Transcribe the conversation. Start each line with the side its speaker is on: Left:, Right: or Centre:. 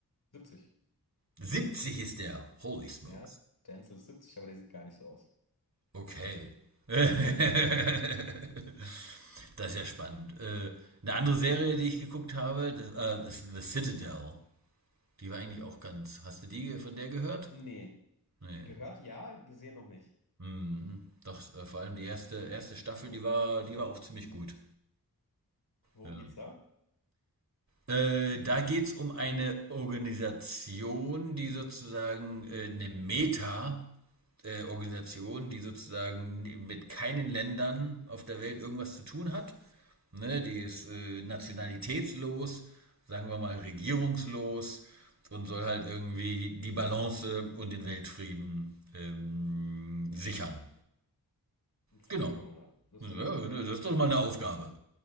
Left: 70.
Right: 70 ist der. Holy smokes.
Left: Ja, Denzel ist 70, aber der sieht gar nicht so aus.
Right: Okay. <laughs> Das ist ja spannend. Äh, eine andere Serie, die ich geguckt habe, das, äh, das ist The Citadel. Die war eigentlich auch ganz. Hast du die von der gehört?
Left: Nee,
Right: Nee.
Left: gehört ja, gesehen noch nicht.
Right: Hm, doch, äh, vor allem die erste, erste Staffel,
Left: Wo,
Right: die war, die war auch ziemlich gut.
Left: worum
Right: Ja.
Left: geht's da?
Right: Äh, da geht es um eine Organisation, die sozusagen äh, eine Meta-Organisation, die sozusagen mit keinen Ländern auf der Welt irgendwas zu tun hat. Ne, die ist äh, nationalitätslos, sagen wir mal regierungslos und soll halt irgendwie die Balance und den Weltfrieden ähm, sichern.
Left: Das
Right: Genau.
Left: klingt schon mal nice. Das
Right: Ja,
Left: klingt schön.
Right: ne, das
Left: Das
Right: ist doch
Left: klingt
Right: mal
Left: nice.
Right: eine Aufgabe.